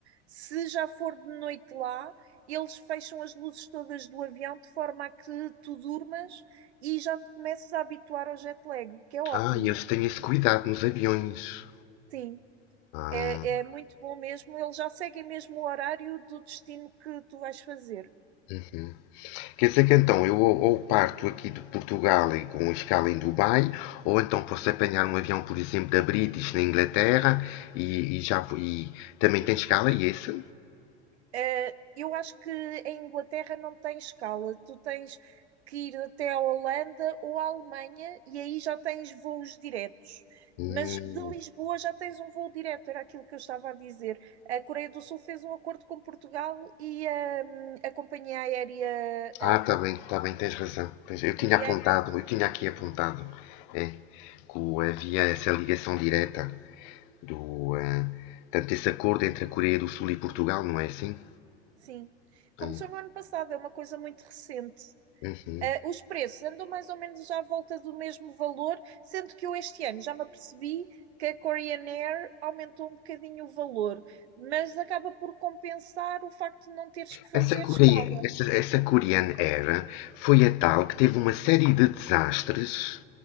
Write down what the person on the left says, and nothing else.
ah, eles têm esse cuidado nos aviões.
Ah.
uhum. Quer dizer que então eu ou parto aqui de Portugal e com escala em Dubai, ou então posso apanhar um avião, por exemplo, da British na Inglaterra e, e já vou- e também tem escala e esse?
Hum.
Ah, tá bem, tá bem, tens razão. Tens- Eu
tinha apontado, eu tinha aqui apontado, é, que o- havia essa ligação direta do, eh, tanto esse acordo entre a Coreia do Sul e Portugal, não é assim?
Hum,
uhum.
Essa coreana,
essa, essa coreana era, foi a tal que teve uma série de desastres,